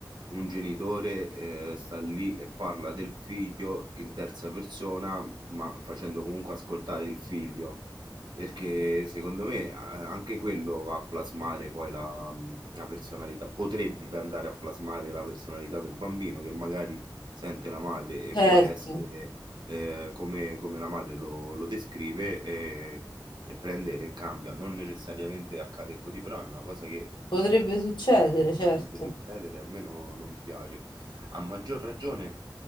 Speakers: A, on the right; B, on the left.
A: un genitore eh, sta lì e parla del figlio in terza persona, ma facendo comunque ascoltare il figlio, perché secondo me eh, anche quello va a plasmare poi la, la personalità, potrebbe andare a plasmare la personalità del bambino che magari sente la madre e vuole
B: Certo,
A: essere eh, come, come la madre lo, lo descrive e, e prende e cambia. Non necessariamente accade così, però è una cosa che mm,
B: potrebbe succedere, certo.
A: potrebbe succedere, a me no- non piace. A maggior ragione